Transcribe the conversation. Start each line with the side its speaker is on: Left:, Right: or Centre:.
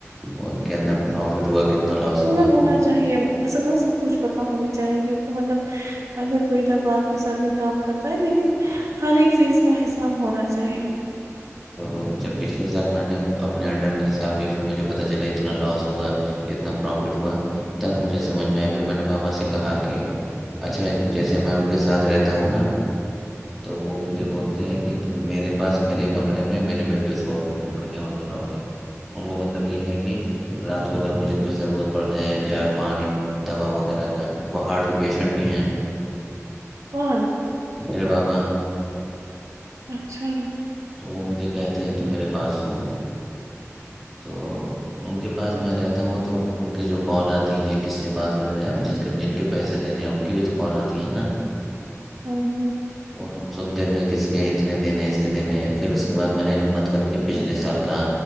Centre: وہ کتنا پروفٹ ہوا کتنا لاس
Right: ہنر
Centre: ہوا
Right: ہونا چاہیے اصل میں سب کچھ پتاہ ہونی چاہیے کیونکہ مطلب اگر بیٹا باپ کے ساتھ بھی کام کرتا ہے لیکن ہر ایک چیز کا حساب ہونا چاہیے
Centre: تو جب پچھلے سال میں نے اپنے انڈر میں حساب لیا پھر مجھے پتہ چلا اتنا لاس ہوا ہے اتنا پروفٹ ہوا تب مجھے سمجھ میں آیا پھر میں نے بابا سے کہا کہ اچھا جیسے میں ان کے ساتھ رہتا ہوں نا تو وہ مجھے بولتے ہیں کہ تم میرے پاس میرے کمر میں میرے بیڈ پہ سووہ گے تم کہیں اور نہیں رہو گے ان کو مطلب یہ ہے کہ رات کو اگر مجھے کوچھ ضرورت پڑ جائے یا پانی دوا وغیرہ کا وہ ہارٹ کے پیشنٹ بھی ہیں
Right: کون
Centre: ارے باپا
Right: اچھا
Centre: تو وہ مجھے کہتے ہیں تو میرے پاس سوو تو ان کے پاس میں رہتا ہوں تو ان کی جو کال آتی ہے کس سے بات کر رہے آپ جس جن کے پیسے دینے ہیں ان کی بھی تو کال آتی ہیں ہے نا
Right: ہمم ہمم
Centre: وہ ہم سنتے تھے کس کے اتنے دینے ہیں اس کے دینے پھر اس کے بعد میں نے ہمت کر کے پچھلے سال کا